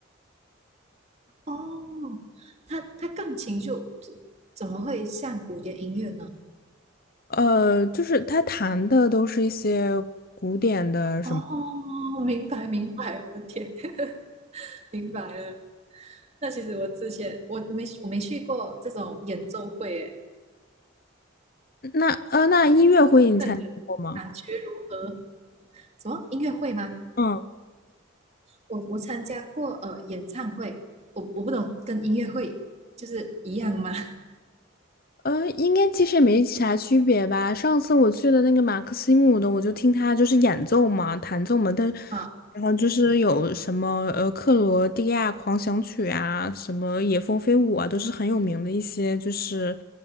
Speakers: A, on the right; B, on the left.
A: 哦，它它钢琴就怎怎么会像古典音乐呢？
B: 呃，就是他弹的都是一些古典的什么，
A: 哦，明白明白，我的天，<laughs> 明白了。那其实我之前我我没我没去过这种演奏会，诶，
B: 那呃，那音乐会你参加过吗？
A: 那你觉感觉如何？什么音乐会吗？
B: 嗯。
A: 我我参加过呃演唱会，我我不懂跟音乐会就是一样吗？
B: 呃，应该其实也没啥区别吧。上次我去的那个马克西姆的，我就听他就是演奏嘛，弹奏嘛，但
A: <laughs> 啊，
B: 然后就是有什么呃克罗地亚狂想曲啊，什么野蜂飞舞啊，都是很有名的一些，就是